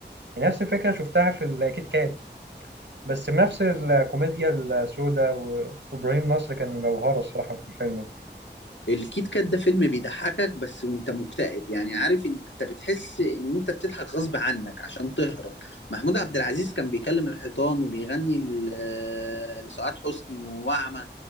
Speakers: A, on the right; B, on the left.
A: نفس الفكرة شفتها في الكيت كات بس بنفس الكوميديا السوداء و- وإبراهيم نصر كان جوهرة الصراحة في الفيلم ده
B: الكيت كات ده فيلم بيضحكك بس وانت مكتئب يعني عارف إن- انت بتحس ان انت بتضحك غصب عنك عشان تهرب محمود عبد العزيز كان بيكلم الحيطان وبيغني ل- لسعاد حسني ووعمة